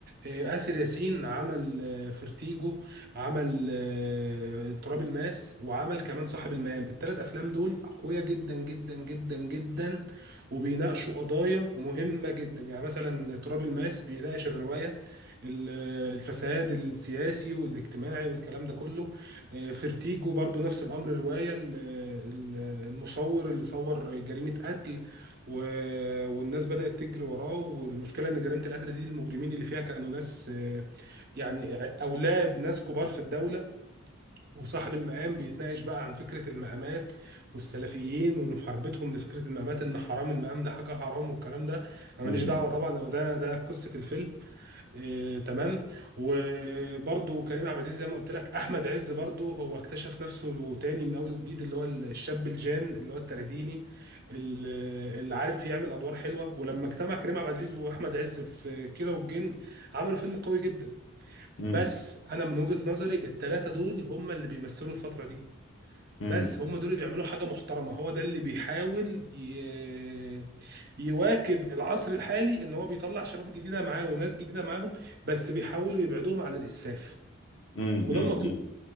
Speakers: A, on the right; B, on the left.
A: آه، آسر ياسين عمل آه، فيرتيجو عمل آه، تراب الماس وعمل كمان صاحب المقام الثلاث افلام دول اقوياء جدا جدا جدا جدا وبيناقشوا قضايا مهمة جدا يعني مثلا تراب الماس بيناقش الرواية ال- آه، الفساد السياسي والاجتماعي والكلام ده كله فيرتيجو برضو نفس الامر روايه ال- ال- المصور اللي صور جريمه قتل و... والناس بدات تجري وراه والمشكله ان جريمه القتل دي المجرمين اللي فيها كانوا ناس آه، يعني اولاد ناس كبار في الدوله وصاحب المقام بيتناقش بقى عن فكره المقامات والسلفيين ومحاربتهم لفكره المقامات ان حرام المقام ده حاجه حرام والكلام ده انا
B: امم
A: ماليش
B: امم
A: دعوه طبعا هو ده ده قصه الفيلم إيه، تمام وبرضه كريم عبد العزيز زي ما قلت لك احمد عز برضه هو اكتشف نفسه تاني من اول وجديد اللي هو الشاب الجان اللي هو الترديني اللي اللي عارف يعمل ادوار حلوه ولما اجتمع كريم عبد العزيز واحمد عز في كيرة والجن عملوا فيلم قوي جدا
B: امم
A: بس انا من وجهة نظري الثلاثه دول هم اللي بيمثلوا الفتره دي
B: امم
A: بس هم دول اللي بيعملوا حاجه محترمه هو ده اللي بيحاول ي... يواكب العصر الحالي ان هو بيطلع شباب جديده معاه وناس جديده معاهم بس بيحاولوا يبعدوهم عن الاسفاف
B: امم
A: وده المطلوب